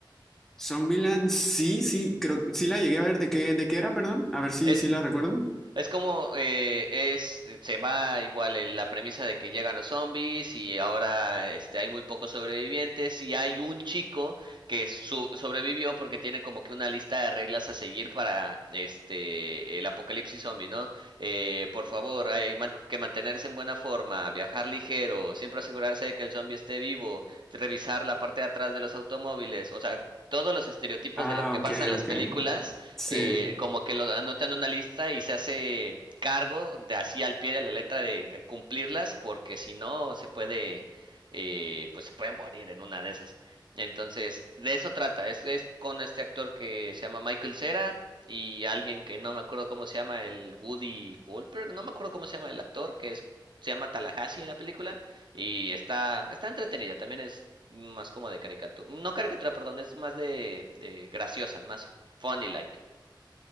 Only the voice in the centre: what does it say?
Zombieland, sí, sí, creo sí la llegué a ver. ¿De qué, de qué era, perdón? A ver si,
si la recuerdo.
Ah,
ok,
ok.
Sí.